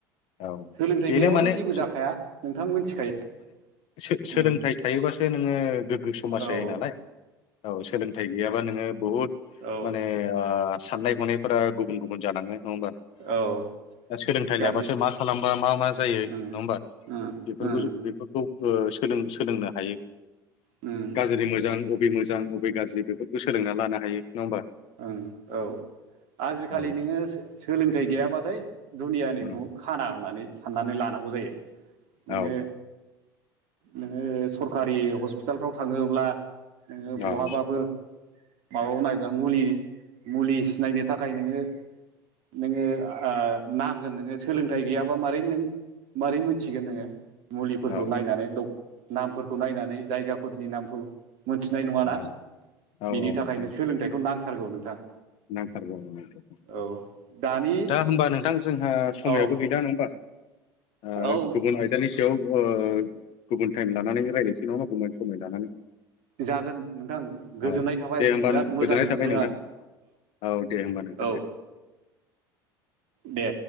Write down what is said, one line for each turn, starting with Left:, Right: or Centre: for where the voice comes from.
Left: औ
Right: सोलोंथाइ
Left: बेनो
Right: गैयाबाथ'
Left: माने
Right: जेबो जाखाया नोंथां मिथिखायो।
Left: सो सोलोंथाइ
Right: उम
Left: थायोबासो नोङो गो ग्गो समाज
Right: औ
Left: जायो नालाय औ सोलोंथाइ गैयाबा नोङो बुहुद
Right: औ
Left: माने ओ साननाय हनायफोरा गुबुन गुबुन जालाङो नङा होमबा?
Right: औ
Left: दा सोलोंथाइ लाबासो
Right: गाज्रि
Left: मा खालामबा मा मा जायो नङा
Right: उम
Left: होमबा
Right: उम
Left: बेफोरखौ
Right: उम
Left: बेफोरखौ ओ सोलों सोलोंनो हायो
Right: उम
Left: गाज्रि मोजां बबे मोजां अबे गाज्रि बेफोरखौ सोलोंना लानो हायो। नङा होमबा
Right: ओं औ आजिखालि
Left: औ
Right: नोङो सोलोंथाइ गैयाबाथाय दुनियानिखौ
Left: उम
Right: खाना होननानै साननानै लानांगौ जायो। नोङो
Left: औ औ
Right: नोङो सरखारि हस्पिटालफ्राव थाङोब्ला नोङो बहाबाफोर
Left: औ औ
Right: - माबाबो नायबा मुलि मुलि सिनायनो थाखाय नोङो नोङो ओ नांगोन नोङो सोलोंथाइ गैयाबा मारै नों मारै मोनथिगोन नोङो मुलिफोरखौ
Left: औ
Right: नायनानै डक नामफोरखौ नायनानै जायगाफोरनि नामखौ। मोनथिनाय नङाना
Left: औ औ नोंथां
Right: बिनि थाखायनो सोलोंथाइखौ नांथारगौ नोंथां।
Left: नांथारगौ नांथारगौ।
Right: औ दानि
Left: दा होमबा नोंथां जोंहा समायाबो
Right: औ
Left: गैला नङा होमबा? ओ
Right: औ
Left: गुबुन आयदानि सायाव ओ गुबुन टाइम लानानै रायलायसै नङा होमबा गुमाय समाय लानानै
Right: जागोन नोंथां गोजोननाय
Left: औ
Right: थाबाय
Left: दे होमबा
Right: बिराद मोजां
Left: गोजोननाय
Right: मोनदों
Left: थाबाय नोंथां
Right: आं।
Left: औ दे होमबा नोंथां
Right: औ
Left: दे।
Right: दे